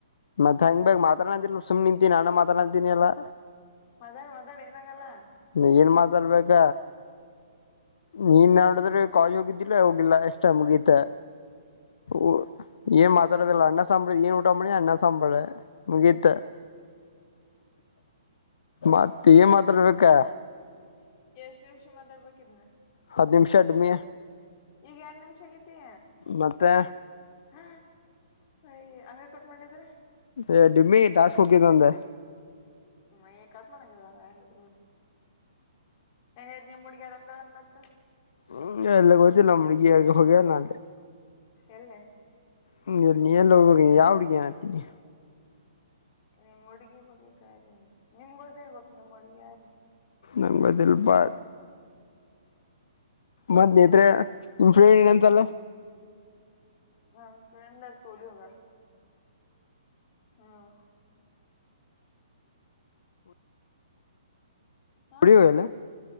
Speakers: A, on the left; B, on the left.
A: ಮತ್ತೆ ಹೆಂಗ್ ಬೇಕ್ ಮಾತಾಡಂತಿಲ್ಲ ಸುಮ್ ನಿಂತಿ ನಾನ ಮಾತಾಡತಿನ್ ಎಲ್ಲಾ.
B: ಮಾತಾಡ್ ಮಾತಾಡ್ ಏನ್ ಆಗಲ್ಲಾ.
A: ನೀನ್ ಮಾತಾಡ್ಬೇಕ. ನೀನ್ ನೋಡುದ್ರೆ ಕಾಲೇಜ್ ಹೋಗಿದ್ದಿಲ್ಲ ಹೋಗಿಲ್ಲಾ ಅಷ್ಟ ಮುಗೀತ. ಊ ಏನ್ ಮಾತಾಡದೀಲ್ಲ ಅಣ್ಣ ಸಾಂಬ್ರಾ ಏನ್ ಊಟ ಮಾಡಿ ಅಣ್ಣಾ ಸಾಂಬಾರ್ ಮುಗಿತ್ ಮತ್ತ ಏನ್ ಮಾತಾಡ್ಬೇಕಾ?
B: ಎಷ್ಟ್ ನಿಮಿಷ ಮಾತಾಡ್ಬೇಕಿದ್ನ?
A: ಹತ್ತ ನಿಮಿಷ ಡುಮ್ಮಿ.
B: ಈಗ ಯಾಡ್ ನಿಮ್ಷಾ ಆಗೇತಿ.
A: ಮತ್ತೆ
B: ಹ ಅಯ್ಯ ಹಂಗೆ ಕಟ್ ಮಾಡಿದ್ರೆ.
A: ಏ ಡುಮ್ಮಿ ಟಾಸ್ಕ್ ಹೋಗ್ತೆತ್ ನಂದ.
B: ಮ ಏ ಕಟ್ ಮಾಡಂಗಿಲ್ಲಾ ಹೆಂಗಿದ್ರ್ ಬಿಡ್ ಏ ನಿಮ್ಮುಡಗಿ <unintelligible>
A: ಹ್ಮ ಎಲ್ಲ ಗೊತ್ತಿಲ್ಲ ನಮ್ ಹುಡುಗಿ ಅಲ್ಲಿ ಹೋಗೆ ಇಲ್ಲ ನಾ ಅಲ್ಲೇ.
B: ಎಲ್ಲೆ?
A: ಹ್ಮ ನೀ ಎಲ್ಲಿ ಹೋಗ ಯಾವ ಹುಡ್ಗಿ ಹೇಳಾತಿ ನೀ?
B: ನಿಮ್ ಹುಡುಗಿ ಬಗ್ಗೆ ಕೇಳಿನಿ ನಿಮ್ಗ ಗೊತ್ತಿರಬೇಕ್ ನಿಮ್ ಹುಡ್ಗಿ ಯಾರ ಅಂತ್.
A: ನಮ್ಗ ಗೊತ್ತಿಲ್ಲಪ್ಪಾ. ಮತ್ತ ನೇತ್ರೆ <unintelligible> ಅಂತಲ್ಲಾ.
B: ನನ್ ಫ್ರೆಂಡ್ ಅಕಿ ಉರಿಗ್ ಹೋಗ್ಯಾಳ ಹ್ಮ್. ಹಾ
A: ಹೊಡಿಯಲ್ಲ